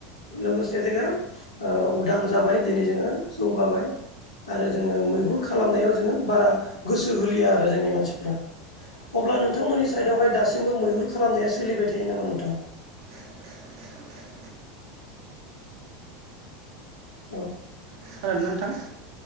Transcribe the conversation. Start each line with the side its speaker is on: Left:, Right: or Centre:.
Left: लोगोसे जोङो ओ उदां जाबाय दिनै जोङो जौगाबाय आरो जोङो मैहुर खालामनायाव जोङो बारा गोसो होलिया आरो जोंनि मानसिफ्रा अब्ला नोंथांमोननि साइदआवहाय दासिमबो मैहुर खालामनाया सोलिबाय थायो नामा नोंथां?
Right: <inaudible>
Left: औ
Right: खोनादों ना नोंथां